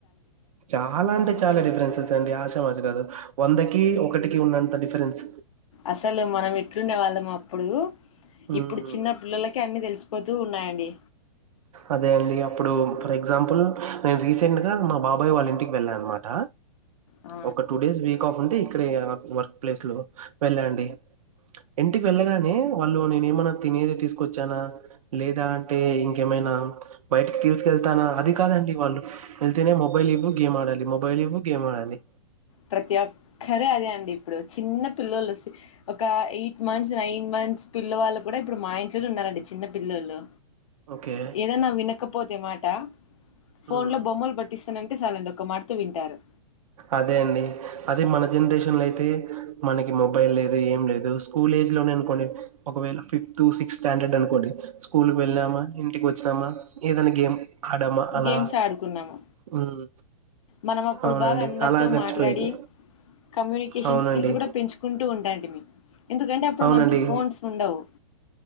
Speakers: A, on the right; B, on the left.
A: చాల అంటే చాల డిఫరెన్సెస్ ఉంది అండి ఆషామాషా కాదు వందకి ఒకటికి ఉన్నంత డిఫరెన్స్
B: అసలు మనం ఎట్లుండే వాళ్ళం అప్పుడు
A: మ్మ్
B: ఇప్పుడు చిన్న పిల్లలకె అన్ని తెలిసిపోతూ ఉన్నాయండి
A: అదే అండి అప్పుడు ఫర్ ఎగ్జాంపుల్ నేను రీజెంట్ గా మా బాబాయ్ వాళ్ళ ఇంటికి వెళ్ళానమాట
B: ఆ
A: ఒక టు డేస్ వీక్ ఆఫ్ ఈ ఇక్కడిగ వర్క్ ప్లేస్లో వెళ్ళా అండి ఇంటికి వెళ్ళగానే వాళ్ళు నేను ఏమైనా తినేది తీసుకొచ్చాన లేదా అంటే ఇంకేమైనా బయటికి తీసుకెళ్తానా అది కాదండి వాళ్ళు వెళ్తేనే మొబైల్ ఇవ్వు గేమ్ ఆడాలి మొబైల్ ఇవ్వు గేమ్ ఆడాలి
B: ప్రతి ఒక్కరు అదే అండి ఇప్పుడు చిన్న పిల్లలు ఒక ఎయిట్ మంత్స్ నైన్ మంత్స్ పిల్లవాళ్ళు కూడ ఇప్పుడు మా ఇంట్లోనే ఉన్నారండి చిన్న పిల్లలు
A: ఓకే.
B: ఏదన్న వినకపోతే మాట ఫోన్లో
A: హ్మ్.
B: బొమ్మలు పట్టిస్తానంటే చాలు అండి ఒక మాటతొ వింటారు
A: అదే అండి. అదే మన జెన్రేషన్ లో అయితే మనకి మొబైల్ లేదు ఏం లేదు స్కూల్ ఏజ్ లోనే అనుకోండి ఒకవేళ ఫిఫ్త్ సిక్స్త్ స్టాండర్డ్ అనుకోండి స్కూల్ వెళ్ళామా ఇంటికి వచ్చామా మా ఏదైనా గేమ్ ఆడామా అలా.
B: గేమ్స్ ఆడుకున్నాము
A: హ్మ్.
B: మనం అప్పుడు
A: అవునండి.
B: బాగా అందరితో
A: అలా గడిచిపోయేది.
B: మాట్లాడి కమ్యూనికేషన్
A: అవునండి.
B: స్కిల్స్ కూడా పెంచుకుంటూ వుంటాయండి ఎందుకండే అప్పుడు
A: అవునండి.
B: మనకి ఫోన్స్ ఉండవు